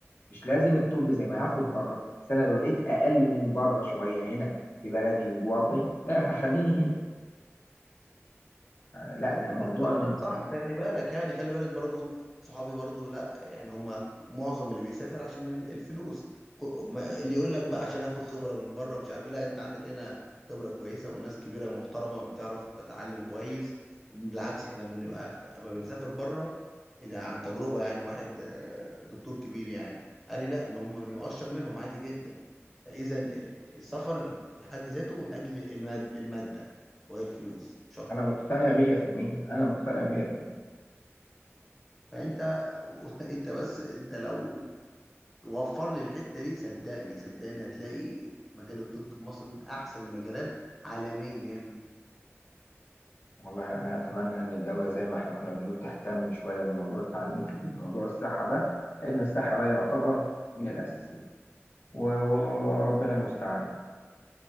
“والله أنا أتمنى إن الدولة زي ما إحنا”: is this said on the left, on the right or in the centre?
Left